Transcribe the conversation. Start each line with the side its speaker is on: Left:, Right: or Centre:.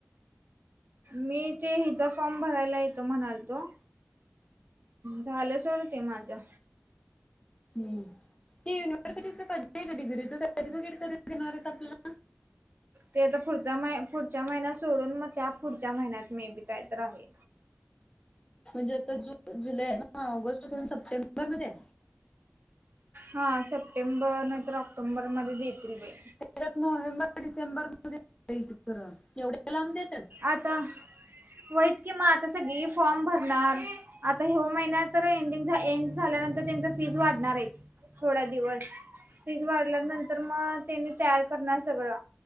Right: मी ते हिचा फॉर्म भरायला येतो म्हणालतो. झालं सोड ते माझं.
Left: हम्म ते युनिव्हर्सिटीच कधी <unintelligible> गं डिग्रीच सर्टिफिकेट कधी देणार आहेत आपल्याला?
Right: ते तर पुढचा म पुढच्या महिन्यात सोडून मग त्या पुढच्या महिन्यात मे बी काय तर आहे.
Left: म्हणजे आता जून, जुलै हे ना ऑगस्ट सोडून सप्टेंबर मध्ये
Right: हा सप्टेंबर नाय तर ऑक्टोबरमध्ये देतील बाई
Left: परत नोव्हेंबर डिसेंबर मध्ये <unintelligible> येवढ्या लांब देतात.
Right: आता व्हयच कि मग आता सगळी फॉर्म भरणार. आता ह्यो महिन्या तर एंडिंग झा एंड झाल्यानंतर त्यांच फीज वाढणार हायत. थोड्या दिवस फीज वाढल्या नंतर मग त्यांनी तयार करणार सगळं